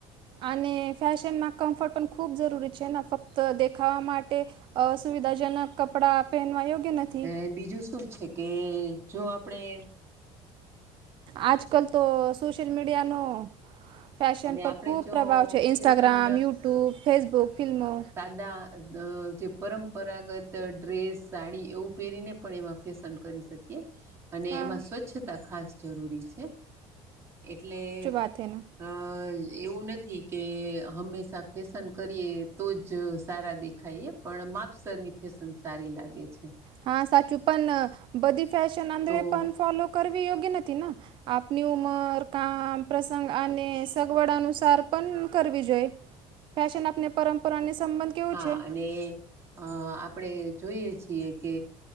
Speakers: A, on the right; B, on the right.
A: અને ફેશનમાં કમ્ફર્ટ પણ ખૂબ જરૂરી છે ને ફક્ત દેખાવા માટે અસુવિધાજનક કપડાં પહેનવા યોગ્ય નથી
B: અને બીજું શું છે કે જો આપણે
A: આજ કલ તો સોશિયલ મીડિયાનો ફેશન
B: અને
A: પર
B: આપણે
A: ખૂબ
B: જો
A: પ્રભાવ છે ઇન્સ્ટાગ્રામ
B: ફેશન
A: યુટ્યુબ ફેસબુક ફિલ્મો
B: દદા જે પરંપરાગત ડ્રેસ સાડી એવું પહેરીને પણ એમાં ફેશન કરી શકીએ અને
A: હા
B: એમાં સ્વચ્છતા ખાસ જરૂરી છે એટલે
A: કથેના
B: હા એવું નથી કે હંમેશા ફેશન કરીએ તો જ સારા દેખાયએ પણ માપસરની ફેશન સારી લાગે છે
A: હા સાચું પણ બધી ફેશન આંધળે
B: તો
A: પણ ફોલો કરવી યોગ્ય નથી આપની ઉમર, કામ પ્રસંગ અને સગવડ અનુસાર પણ કરવી જોઈ ફેશન આપને પરંપરાની સંબંધ કેવો
B: હા
A: છે
B: અને હા અને આપણે જોઈએ છીએ કે